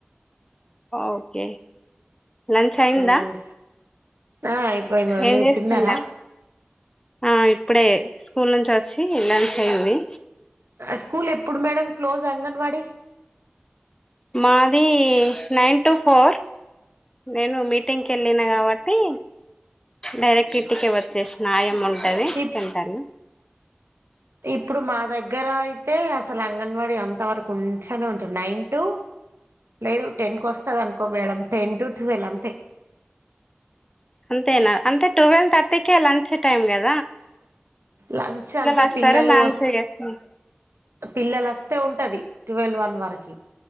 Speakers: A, on the left (about 20°); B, on the right (about 80°).
A: ఓకే లంచ్ అయిందా
B: మ్ ఆ అయిపోయింది మేడం
A: ఏం
B: మీరు
A: చేస్తున్నారు
B: తిన్నారా
A: ఆ ఇప్పుడే స్కూల్ నుంచి వచ్చి లంచ్ అయింది
B: ఆ స్కూల్ ఎప్పుడు మేడం క్లోజ్ అంగన్వాడి
A: మాది నైన్ టు ఫోర్ నేను మీటింగ్ కి వెళ్ళిన కాబట్టి డైరెక్ట్ ఇంటికి వచ్చేసిన ఆయమ్మ ఉంటది
B: ఇప్
A: సెంటర్ లో
B: ఇప్పుడు మా దగ్గర అయితే అసలు అంగన్వాడి అంత వరకు ఉంచనే ఉంచరూ నైన్ టూ లేదు టెన్కి వస్తది అనుకో మేడం టెన్ టు ట్వెల్వ్ అంతే
A: అంతేనా అంటే ట్వెల్వ్ థర్టీకే లంచ్ టైమ్ కదా
B: లంచ్ అంటే
A: వస్తారు
B: పిల్లలు
A: లంచ్
B: వ
A: చేస్తారు
B: పిల్లలు అ స్తే ఉంటది ట్వెల్వ్ వన్ వరకి